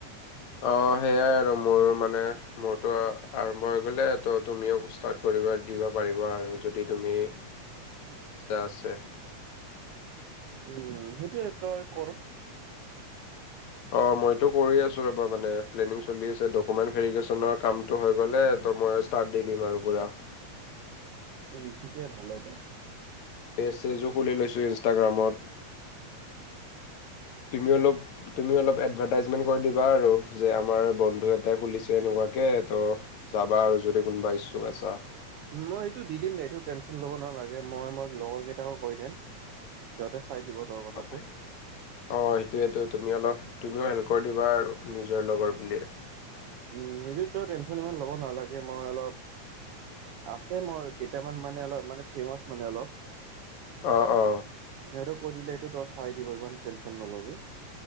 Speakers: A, on the left; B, on the right.
A: অ' হেয়াই আৰু। মোৰ মানে মোৰটো আৰম্ভ হৈ গ'লে ত' তুমিও ষ্টাৰ্ট কৰিব দিবা পাৰিবা আৰু। যদি তুমি ইচ্ছা আছে।
B: উম, সেইটোয়ে তই কৰ।
A: অ' মইতো কৰি আছোঁ ৰ'বা মানে প্লেনিং চলি আছে, ডকুমেণ্ট ভেৰিফিকেশ্যনৰ কামটো হৈ গ'লে ত' মই ষ্টাৰ্ট দি দিম আৰু পুৰা।
B: উম, ঠিকে ভালে দে।
A: পেজ চেজো খুলি লৈছোঁ ইনষ্টাগ্ৰামত। তুমি অলপ তুমি অলপ এডভাৰ্টাইজমেণ্ট কৰি দিবা আৰু যে আমাৰ বন্ধু এটাই খুলিছে এনেকুৱাকে ত' যাবা আৰু যদি কোনোবা ইচ্ছুক আছা।
B: মই এইটো দি দিম দে, এইটো টেনচন ল'ব নালাগে, মই মোৰ লগৰ কেইটাকো কৈ দিম। সিহঁতে চাই দিব। তোৰ কথাটো
A: অ' চাই দিব। অ' সেইটোৱেতো। তুমি অলপ, তুমিও হেল্প কৰি দিবা আৰু নিজৰ লগৰ বুলি।
B: উম, সেইটোততো টেনশ্যন ইমান ল'ব নালাগে, মই অলপ আছে মোৰ কেইটামান মানে অলপ মানে ফেমাচ মানে অলপ।
A: অ', অ'।
B: সিহঁতক কৈ দিলে সেইটো তই চাই দিব, ইমান টেনশ্যন ন'লবি।